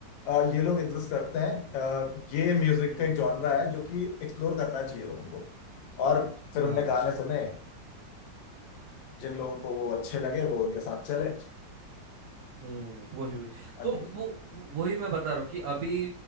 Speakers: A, on the left (about 85°); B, on the right (about 70°).
A: अ, ये लोग एग्जिस्ट करते हैं अ, ये म्यूजिक
B: हम्म
A: का एक जॉनरा है जो कि एक्सप्लोर करना चाहिए लोगों को और फिर
B: हाँ
A: उनने गाने सुने जिन लोगों को वो अच्छे लगे वो उनके साथ चले
B: हम्म वही वही
A: अन्य
B: तो
A: लोग
B: वो वही मैं बता रहा हूँ कि अभी